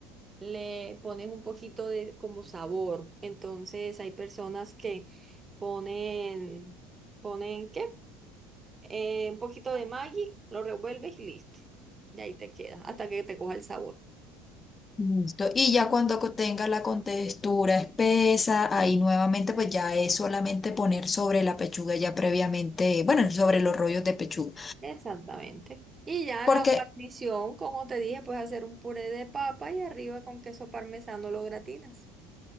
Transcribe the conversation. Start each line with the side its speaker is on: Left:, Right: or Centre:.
Right: le pones un poquito de como sabor. Entonces hay personas que ponen, ponen ¿qué? Eh, un poquito de Maggi, lo revuelves y listo. Y ahí te queda, hasta que te coja el sabor.
Left: Listo. Y ya cuando co- tenga la contextura espesa, ahí nuevamente pues ya es solamente poner sobre la pechuga ya previamente, bueno, sobre los rollos de pechuga.
Right: Exactamente. Y ya
Left: Porque
Right: la guarnición, como te dije, puedes hacer un puré de papa y arriba con queso parmesano lo gratinas.